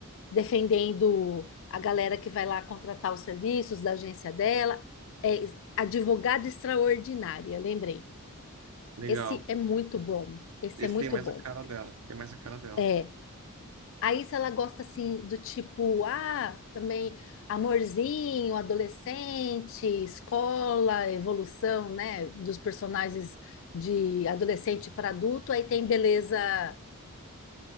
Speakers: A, on the left (about 60°); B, on the right (about 70°).
A: defendendo a galera que vai lá contratar os serviços da agência dela. É advogada extraordinária, lembrei.
B: Legal.
A: Esse é muito bom. Esse
B: Esse
A: é muito
B: tem mais
A: bom.
B: a cara dela. Tem mais a cara dela.
A: É, Aí, se ela gosta assim do tipo, ah, também amorzinho, adolescente, escola, evolução, né, dos personagens de adolescente para adulto, aí tem beleza,